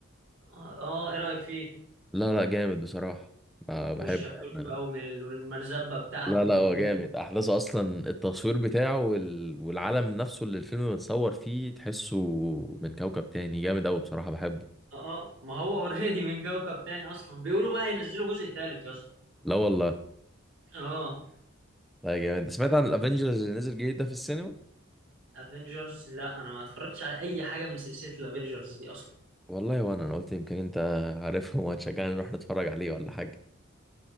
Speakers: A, on the right; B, in the centre.
A: اه آه، إيه رأيك فيه؟
B: لا لا جامد بصراحة ب- بحبه
A: والشاكوش
B: يعني
A: بقى ومل- والمرزبة بتاعته
B: لا لا
A: وأبوه
B: هو جامد احداثه اصلا التصوير بتاعه وال... والعالم نفسه اللي الفيلم متصور فيه تحسه من كوكب تاني جامد قوي بصراحة بحبه
A: اه آه. ما هو اوريدي من كوكب تاني أصلا بيقولوا بقى هينزلوا جزء تالت يا اسطى
B: لا والله
A: اه
B: لا جامد انت سمعت عن الافنجرز اللي نزل جديد ده في السينما
A: افنجرز لا انا ما اتفرجتش على اي حاجه من سلسله الافنجرز دي اصلا
B: والله وانا انا قلت يمكن انت عارفهم وهتشجعني نروح نتفرج عليه ولا حاجه